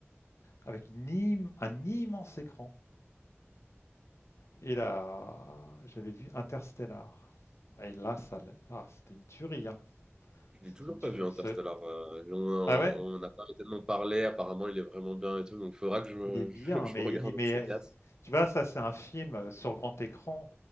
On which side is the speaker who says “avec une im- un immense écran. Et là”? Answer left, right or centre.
Left